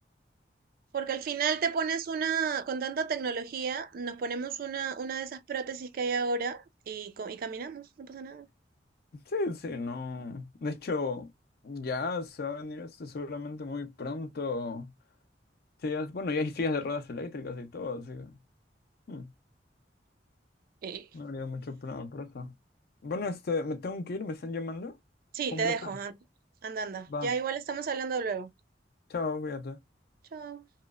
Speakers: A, on the right (about 55°); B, on the left (about 55°).
A: Porque al final te pones una, con tanta tecnología, nos ponemos una, una de esas prótesis que hay ahora y, co- y caminamos, no pasa nada.
B: Sí, sí, no. De hecho, ya se va a venir este seguramente muy pronto. Sillas- bueno, ya hay sillas de ruedas eléctricas y todo, así que hmm,
A: Sí.
B: no habría mucho problema por eso. Bueno, este, me tengo que ir, me están llamando.
A: Sí,
B: Fue
A: te
B: un
A: dejo,
B: placer.
A: an- anda, anda.
B: Va,
A: Ya igual estamos hablando luego.
B: chao, cuídate.
A: Chao.